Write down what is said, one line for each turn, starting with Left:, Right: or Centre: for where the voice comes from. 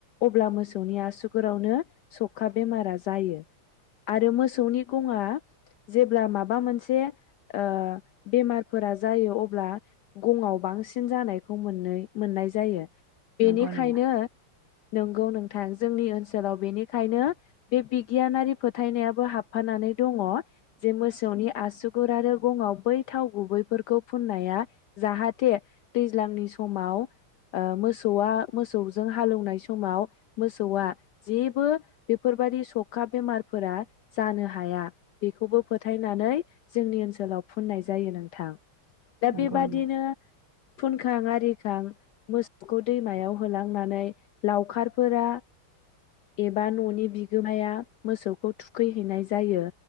Left: अब्ला मोसौनि आसुगुरावनो सौखा बेमारा जायो आरो मोसौनि गङआ जेब्ला माबा मोनसे ओ बेमारफोरा जायो अब्ला गंङाव बांसिन जानायखौ मोननै मोननाय जायो। बेनिखायनो
Right: नंगौ नामा
Left: नंगौ नोंथां जोंनि ओनसोलाव बेनिखायनो बे बिगियानारि फोथायनायाबो हाबफानानै दङ जे मोसौनि आसुगुर आरो गङाव बै थाव गुबैफोरखौ फुननाया जाहाथे दैज्लांनि समाव ओ मोसौआ मोसौजों हालौनाय समाव मोसौआ जेबो बेफोरबादि सौखा बेमारफोरा जानो हाया बेखौबो फोथायनानै जोंनि ओनसोलाव फुननाय जायो नोंथां। दा
Right: नंगौ
Left: बेबादिनो
Right: नामा
Left: फुनखां आरिखां मोसौखौ दैमायाव होलांनानै लावखारफोरा एबा न'नि बिगोमाया मोसौखौ थुखैहैनाय जायो।